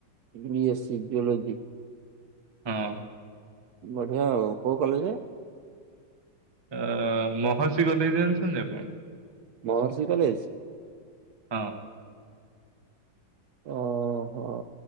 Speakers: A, on the right; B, on the right.
A: BA C geology.
B: ହଁ।
A: ବଢିଆ ଆଉ କୋଉ କଲେଜ?
B: ଅ ମହର୍ଷି କଲେଜ୍ ଜାଣିଛନ୍ତି ଆପଣ?
A: ମହର୍ଷି କଲେଜ।
B: ହଁ।
A: ଓହୋ